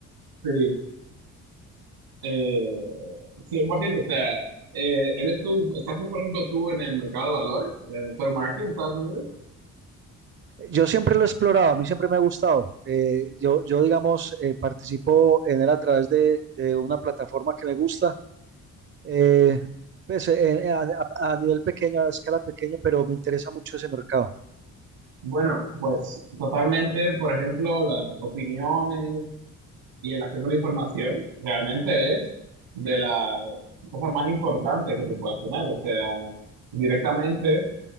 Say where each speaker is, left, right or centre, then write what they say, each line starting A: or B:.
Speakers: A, on the right; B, on the right.
A: Sí. Eh, 100%, o sea, eh, ¿eres tú, estás por ejemplo tú en el mercado de valores, en el stock market de Estados Unidos?
B: Yo siempre lo he explorado, a mí siempre me ha gustado. Eh, yo, yo, digamos, eh, participo en él a través de, de una plataforma que me gusta, eh, pues eh, a, a- a nivel pequeño, a escala pequeña, pero me interesa mucho ese mercado.
A: Bueno, pues totalmente, por ejemplo, las opiniones y el acceso a la información realmente es de las cosas más importantes que tú puedas tener. O sea, directamente